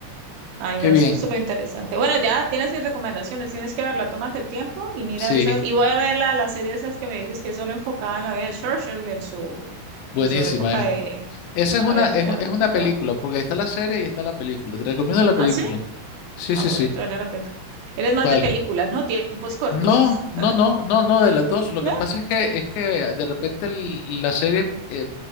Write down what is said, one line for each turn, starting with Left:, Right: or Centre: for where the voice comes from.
Right: ay,
Left: qué
Right: no,
Left: bien,
Right: eso es súper interesante. Bueno, ya tienes mis recomendaciones, tienes que verla, tómate el tiempo y mira
Left: sí,
Right: esas. Y voy a ver la, la serie esas que me dices que es solo enfocada en la vida de Churchill, en su,
Left: buenísima.
Right: en su época
Left: eh.
Right: de.
Left: Esa es
Right: A
Left: una,
Right: ver,
Left: es,
Right: qué- a
Left: es
Right: ver,
Left: una película,
Right: qué va.
Left: porque ahí está la serie y está la película. Te recomiendo la película.
Right: ¿Ah, sí?
Left: Sí,
Right: Ah,
Left: sí,
Right: bueno,
Left: sí,
Right: tú eres la película. Eres más
Left: vale.
Right: de películas, ¿no? Tiempos cortos.
Left: No, no,
Right: <laughs>
Left: no, no, no, de las dos. Lo
Right: ¿No?
Left: que pasa es que, es que de repente el- la serie, eh,